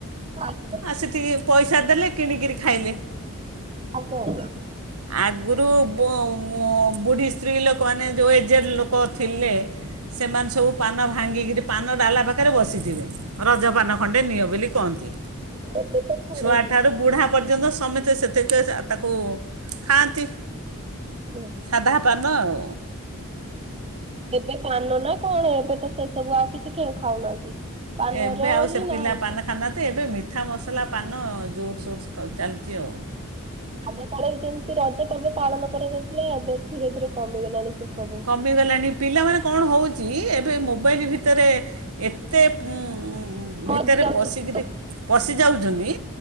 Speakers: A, on the right (about 25°); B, on the right (about 80°).
A: <unintelligible>
B: ଆଉ ସେଠିକି ପଇସା ଦେଲେ କିଣିକିରି ଖାଇଲେ।
A: ଆଉ କଣ?
B: ଆଗରୁ ବୋ ମୋ ବୁଢ଼ୀ ସ୍ତ୍ରୀ ଲୋକମାନେ ଯେଉଁ ଏଜେଡ ଲୋକ ଥିଲେ। ସେମାନେ ସବୁ ପାନ ଭାଙ୍ଗିକିରି ପାନ ଡାଲା ପାଖରେ ବସିଥିବେ। ରଜପାନ ଖଣ୍ଡେ ନିଅ ବୋଲି କହନ୍ତି।
A: ଏବେ ତ ଛାଡୁଛି
B: ଛୁଆଠାରୁ ବୁଢ଼ା ପର୍ଯ୍ୟନ୍ତ ସମେତେ ସେଥିକେ ତାକୁ ଖାଆନ୍ତି
A: ହୁଁ।
B: ସାଧା ପାନ ଆଉ
A: ଏବେ ପାନ ନା କଣ ଏବେ ତ ସେସବୁ ଆଉ କିଛି କେହି ଖାଉନାହାନ୍ତି। ପାନର
B: ଏବେ ଆଉ ସେ
A: ହିଁ
B: ପିଲା
A: ନାଁ ହଉଛି।
B: ପାନ ଖାଉନାହାନ୍ତି ଏବେ ମି ମିଠା ମସଲା ପାନ ଜୋରସୋର ସେ ସବୁ ଚାଲିଛି ଆଉ।
A: ଆଗକାଳରେ ଯେମିତି ରଜ ପର୍ବ ପାଳନ କରାଯାଉଥିଲା ଏବେ ଧୀରେ ଧୀରେ କମିଗଲାଣି ସେ। ସବୁ।
B: କମିଗଲାଣି ପିଲାମାନେ କଣ ହଉ ଛି ଏବେ ମୋବାଇଲ ଭିତରେ ଏତେ ଉଁ ଉଁ ଉଁ
A: ହଜି
B: ଭିତରେ
A: ଯାଉଛନ୍ତି
B: ପଶିକିରି
A: ସବୁ।
B: ପଶିଯାଉଛନ୍ତି